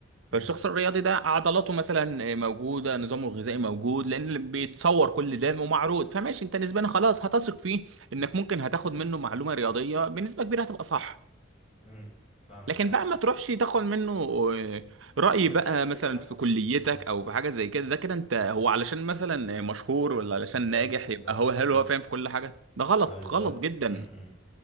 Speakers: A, on the left; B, on the right.
A: امم
B: فالشخص الرياضي ده عضلاته مثلا آه، موجوده نظامه الغذائي موجود لان بيتصور كل ده ومعروض فماشي انت نسبيا خلاص هتثق فيه انك ممكن هتاخد منه معلومه رياضيه بنسبه كبيره هتبقى صح
A: امم فاهمك
B: لكن
A: اي
B: بقى ما تروحش تاخد منه آه، رأي
A: هو
B: بقى
A: تحس
B: مثلا
A: كده
B: في كليتك
A: امم
B: او في حاجه زي كده ده كده انت هو علشان مثلا مشهور ولا علشان
A: بالظبط
B: ناجح
A: بالظبط
B: يبقى هو هل
A: امم
B: هو فاهم في كل حاجه ده غلط
A: ما بالظبط
B: غلط جدا
A: امم